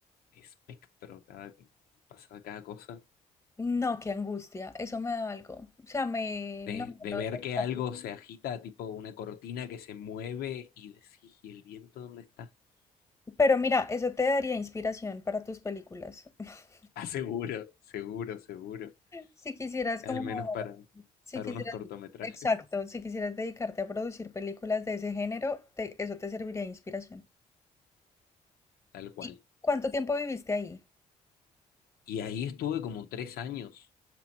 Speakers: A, on the left; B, on the left.
A: espectro, cada, pasaba cada cosa.
B: No, qué angustia, eso me da algo. O sea, me...
A: De,
B: No,
A: de
B: no,
A: ver
B: no,
A: que
B: no.
A: algo se agita, tipo una cortina que se mueve y decís, ¿y el viento dónde está? <laughs>
B: Pero mira, eso te daría inspiración para tus películas. <laughs>
A: Ah, seguro, seguro, seguro.
B: Si quisieras
A: al
B: como,
A: menos para,
B: si
A: para
B: quisieras,
A: unos cortometrajes,
B: exacto, si quisieras dedicarte a producir películas de ese género, te- eso te serviría de inspiración.
A: tal cual.
B: ¿Y cuánto tiempo viviste ahí?
A: Y ahí estuve como tres años.